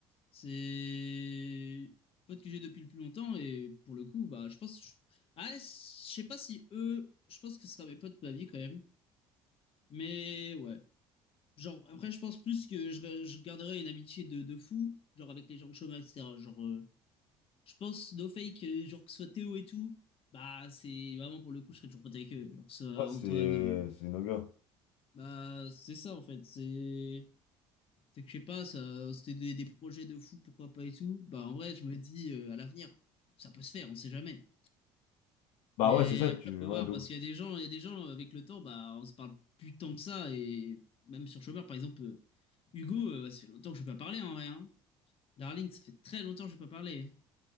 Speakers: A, on the left; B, on the left.
A: C'est pote que j'ai depuis le plus longtemps et pour le coup, bah, je pense. je- Ah, je sais pas si eux, je pense que ce sera mes potes de ma vie quand même. Mais ouais. Genre, après, je pense plus que je, je garderai une amitié de, de fou, genre avec les gens de chômage, etc. Genre, euh, je pense, no fake, euh, genre que ce soit Théo et tout, bah, c'est vraiment pour le coup, je serais toujours pote avec eux. Genre que ce soit
B: Ouais, c'est.
A: Antoine, euh,
B: C'est nos gars.
A: bah, c'est ça en fait. C'est c'est que je sais pas, ça, c'était des, des projets de fou, pourquoi pas et tout. Bah, en vrai, je me dis euh, à l'avenir, ça peut se faire, on sait jamais.
B: Bah
A: Mais
B: ouais, c'est ça,
A: après,
B: tu.
A: faut
B: Ouais,
A: voir,
B: d'où?
A: parce qu'il y a des gens, il y a des gens avec le temps, bah, on se parle plus tant que ça, et même sur chômeur, par exemple. euh, Hugo, euh, bah, ça fait longtemps que je vais pas parler en vrai. hein. Darling, ça fait très longtemps que je n'ai pas parlé.